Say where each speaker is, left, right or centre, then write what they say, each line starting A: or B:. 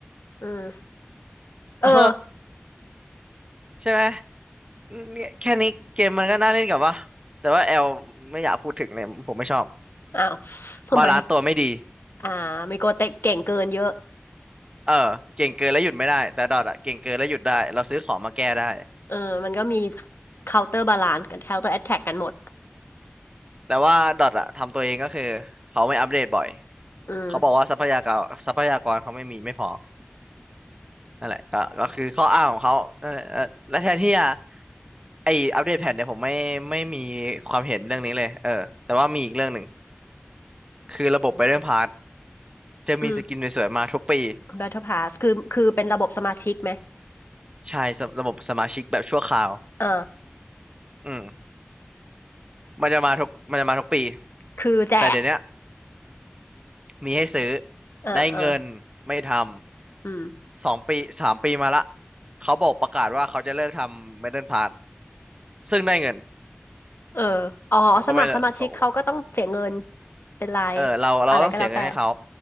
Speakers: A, on the left; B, on the right.
A: อืมเออ
B: เออใช่ไหมเนี่ยแค่นี้เกมมันก็น่าเล่นกับว่าแต่ว่าแอลไม่อยากพูดถึงเลยผมไม่ชอบ
A: อ้าวทำไม
B: บาลานซ์ตัวไม่ดี
A: อ่าไมโกเตะเก่งเกินเยอะ
B: เออเก่งเกินแล้วหยุดไม่ได้แต่ดอทอะเก่งเกินแล้วหยุดได้เราซื้อของมาแก้ได้
A: เออมันก็มี counter balance กัน counter attack กันหมด
B: แต่ว่าดอทอะทำตัวเองก็คือเขาไม่อัปเดตบ่อย
A: อืม
B: เขาบอกว่าทรัพยากรทรัพยากรเขาไม่มีไม่พอนั่นแหละก็ก็คือข้ออ้างของเขานั่นแหละเออและแทนที่จะไออัปเดตแพทเนี่ยผมไม่ไม่มีความเห็นเรื่องนี้เลยเออแต่ว่ามีอีกเรื่องหนึ่งคือระบบ Battle Pass จะมีสกินสวยๆมาทุกปี
A: อืม Battle Pass คือคือเป็นระบบสมาชิกไหม
B: ใช่สำระบบสมาชิกแบบชั่วคราว
A: เออ
B: อืมมันจะมาทุกมันจะมาทุกปี
A: คือแจก
B: แต่เดี๋ยวเนี้ย มีให้ซื้อ
A: เอ่าอ่า
B: ได้เงินไม่ทำสองปีสามปีมาละ
A: อืม
B: เขาบอกประกาศว่าเขาจะเลิกทำเมดัลพาร์ทซึ่งได้เงิน
A: เอออ๋อ
B: ผมก็ไม่เลิกเขา
A: สมัครสมาชิกเขาก็ต้องเสียเงิน เป็นราย
B: เออเราเราต้องเสียเงินให้เขา
A: อะไรก็แล้วแต่